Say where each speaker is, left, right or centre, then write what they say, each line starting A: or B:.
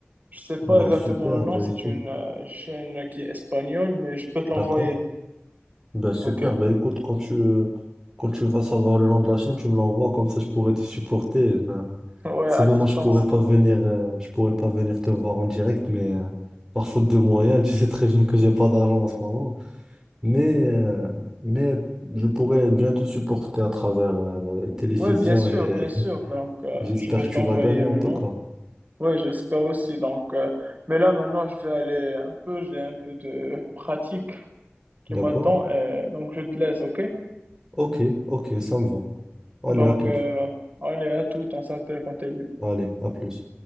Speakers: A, on the right; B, on the right.
A: Je sais pas
B: bah
A: exactement
B: super,
A: le nom,
B: bah
A: c'est
B: écoute,
A: une euh, chaîne qui est espagnole, mais je peux te l'envoyer,
B: d'accord. Ben super,
A: ok? <laughs>
B: ben écoute, quand tu, quand tu vas savoir le nom de la chaîne, tu me l'envoies, comme ça je pourrais te supporter. Eh Ben,
A: Ouais,
B: sinon,
A: à distance.
B: moi, je pourrais pas venir, euh, je pourrais pas venir te voir en direct, mais euh, par faute de moyens, <laughs> tu sais très bien que j'ai pas d'argent en ce moment. Mais, euh, mais je pourrais bien te supporter à travers euh, télévision
A: Oui, bien sûr,
B: et
A: bien sûr. Donc,
B: <laughs>
A: euh,
B: j'espère
A: je vais
B: que
A: t'envoyer
B: tu vas gagner
A: le
B: en tout
A: nom.
B: cas.
A: Oui, j'espère aussi. Donc, euh, mais là, maintenant, je vais aller un peu, j'ai un peu de pratique qui
B: D'accord?
A: m'attend, euh, donc je te laisse, ok?
B: Ok, ok, ça me va. Allez,
A: Donc,
B: à toute.
A: euh, allez, à tout, on s'appelle quand t'es libre.
B: Allez, à plus.